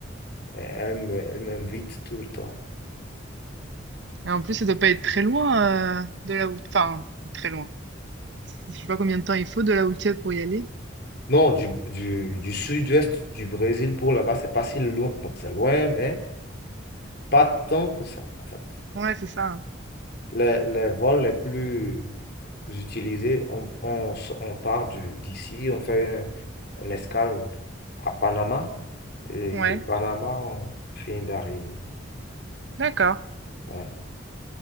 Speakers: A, on the left (about 50°); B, on the right (about 60°).
A: euh, elles me- elles m'invitent tout le temps.
B: Et en plus, ça doit pas être très loin euh, de là où... Enfin, très loin. Je sais pas combien de temps il faut de là où tu es pour y aller.
A: Non, du, du, du sud-ouest du Brésil pour là-bas, c'est pas si loin. Bon, c'est loin, mais pas tant que ça, en fait.
B: Ouais, c'est ça. hein.
A: Les, les vols les plus utilisés, on, on, s- on part du- d'ici, on fait un- une escale à Panama. Et
B: Ouais,
A: de Panama, on finit d'arriver.
B: d'accord.
A: Ouais.